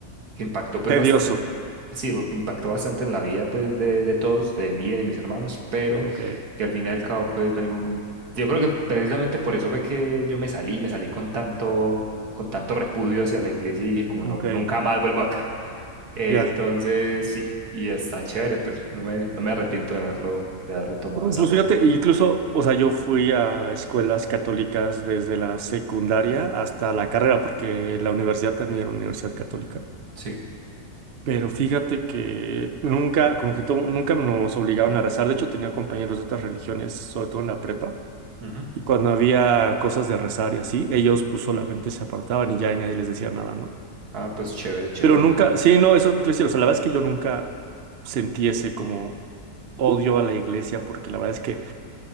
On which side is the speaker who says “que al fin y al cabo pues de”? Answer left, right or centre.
Right